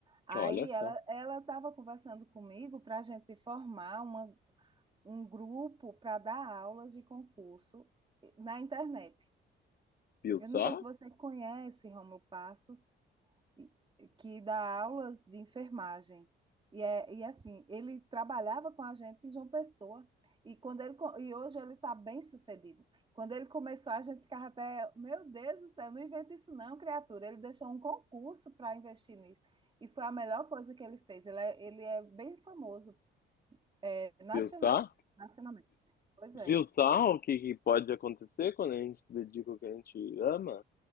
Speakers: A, on the right; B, on the left.
A: Aí
B: Olha só,
A: ela ela estava conversando comigo para a gente formar uma, um grupo para dar aulas de concurso eh, na internet.
B: viu
A: Eu
B: só?
A: não sei se você conhece Rômulo Passos e- que dá aulas de enfermagem. E, é, e assim, ele trabalhava com a gente em João Pessoa. E, quando ele, co- e hoje ele está bem sucedido. Quando ele começou, a gente ficava até, meu Deus do céu, não inventa isso não, criatura. Ele deixou um concurso para investir nisso. E foi a melhor coisa que ele fez. Ele é, ele é bem famoso, é, nacional,
B: Viu só?
A: nacionalmente. Pois é.
B: Viu só o que, que pode acontecer quando a gente dedica o que a gente ama?